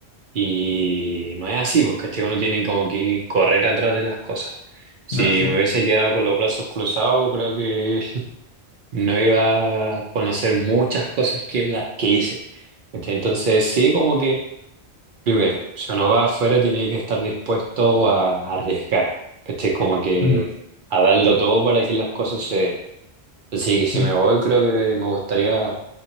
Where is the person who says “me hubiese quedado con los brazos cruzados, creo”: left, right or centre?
Right